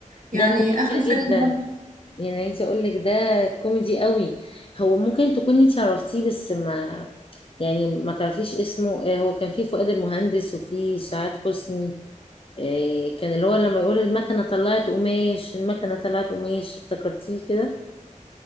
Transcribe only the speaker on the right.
يعني
اخر فيلم
برضه-